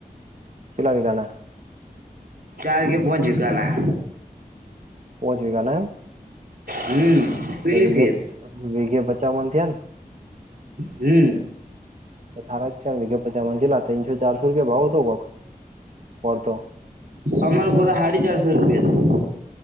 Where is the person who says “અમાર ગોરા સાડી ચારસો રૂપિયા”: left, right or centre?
Right